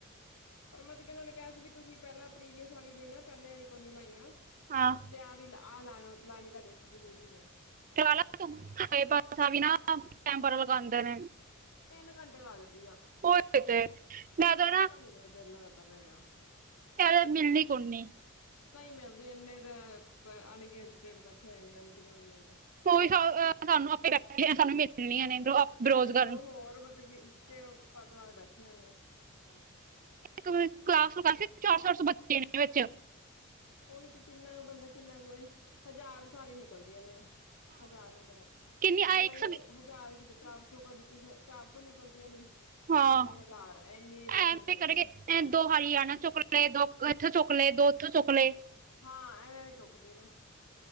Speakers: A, on the left; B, on the right.
A: ਪਰ ਮਤਲਬ ਕੀ ਉਹਨਾਂ ਨੇ ਕਿਹਾ ਸੀ ਵੀ ਤੁਸੀਂ ਪਹਿਲਾਂ ਪ੍ਰੀਵੀਅਸ ਵਾਲੀ ਦੇ ਨਾ ਪਹਿਲੇ ਵਾਲੀ ਕੋਨੀ ਲਾਈਆਂ
B: ਹਾਂ
A: ਤੇ ਆਹ ਵੀ ਆਹ ਲਾਣਾ ਲਾਣੀ ਤੁਹਾਡੇ ਵਾਸਤੇ ਜ਼ਰੂਰੀ ਐ
B: ਚ ਤੂੰ ਪਾਸਾ ਵੀ ਨਾ ਟੈਮ ਲਗਾਦੇ ਨੇ,
A: ਤਿੰਨ ਘੰਟੇ ਲੱਗਦੀ ਆ
B: ਹੋਏ ਤੇ ਮੈਂ ਤਾਂ
A: ਮੇਰਾ ਦਿਲ ਲੱਗਦਾ। ਪਿਆ ਹੈਗਾ।
B: ਚੱਲ ਮਿਲਣੀ ਕੋਨੀ
A: ਨਹੀਂ ਮਿਲਦੀ ਇੰਨੇ ਤਾਂ ਅਣਗਿਣਤ ਤੇ ਬੈਠੇ ਹੋਏ ਨੇਮੈਂਟ,
B: ਉਹ ਵੀ ਸ ਸਾਨੂੰ ਆਪੇ ਕੱਠਿਆ ਸਾਨੂੰ ਮਿਲਣੀਆਂ ਨੇ ਬਰੋ
A: ਸਾਡੇ
B: ਬਰੋਜ਼
A: ਤੋਂ
B: ਕਰਨ
A: ਹੋਰ ਮਤਲਬ ਕੀ ਉੱਚੇ ਪਦ ਵਾਲੇ ਬੈਠੇ ਹੋਏ ਨੇ,
B: ਕਲਾਸੂ ਚਾਰ-ਚਾਰ ਸੌ ਬੱਚੇ ਨੇ ਵਿੱਚ,
A: ਉਹੀ ਤੇ ਕਿੰਨਾ ਬੰਦਾ ਕਿੰਨਾ ਕੁ ਹਜ਼ਾਰ ਸਾਰੀ ਨਿਕਲਦੀਆਂ ਨੇ ਹਜ਼ਾਰ ਹਜ਼ਾਰ
B: ਕਿੰਨੀ ਆ
A: ਨਹੀਂ
B: ਇੱਕ ਸੌ
A: ਹਜ਼ਾਰ ਕਿਤੇ ਚਾਰ ਸੌ ਕਦੀ ਕਿਸੇ ਚਾਰ ਸੌ ਨਿਕਲਦੀਆਂ ਨੀ
B: ਹਾਂ,
A: ਜਾਂ ਹਜ਼ਾਰ ਇੰਨੀ ਬਸ
B: ਐਵੇਂ
A: ਨਿਕਲਦੀਆਂ
B: ਕਰਾਂਗੇ
A: ਨੇ
B: ਦੋ ਹਰਿਆਣਾ ਚੁੱਕੇ ਦੋ ਇੱਥੇ ਚੁ ਲੇ ਦੋ ਉੱਥੋਂ ਚੁੱਕਲੇ
A: ਹਾਂ ਐਵੇਂ ਐਵੇਂ ਚੁੱਕਦੇ ਨੇ